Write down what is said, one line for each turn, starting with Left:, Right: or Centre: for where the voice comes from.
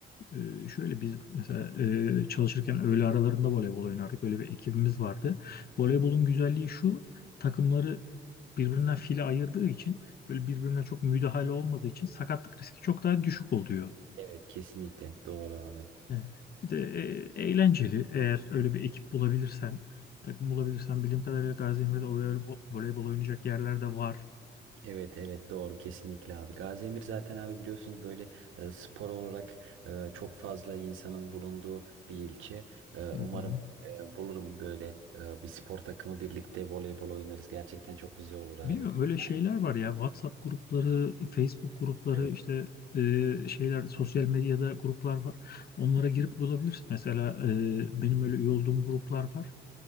Left: Ee, şöyle biz mesela e, çalışırken öğle aralarında voleybol oynardık. Öyle bir ekibimiz vardı. Voleybolun güzelliği şu, takımları birbirinden file ayırdığı için böyle birbirine çok müdahale olmadığı için sakatlık riski çok daha düşük oluyor.
Right: Evet kesinlikle doğru abi.
Left: Evet. Bir de e, eğlenceli. Eğer öyle bir ekip bulabilirsen, takım bulabilirsen bildiğim kadarıyla Gaziantep'te voleybol, voleybol oynayacak yerler de var.
Right: Evet evet doğru kesinlikle abi. Gaziemir zaten abi biliyorsunuz böyle e, spor olarak e, çok fazla insanın bulunduğu bir ilçe. E,
Left: Hı
Right: umarım
Left: hı.
Right: e, bulurum böyle e, bir spor takımı birlikte voleybol oynarız. Gerçekten çok güzel olur abi.
Left: Bilmiyorum öyle
Right: Yani,
Left: şeyler var ya WhatsApp grupları, Facebook grupları
Right: evet.
Left: işte e, şeyler sosyal medyada gruplar var. Onlara girip bulabilirsin. Mesela e, benim öyle üye olduğum gruplar var.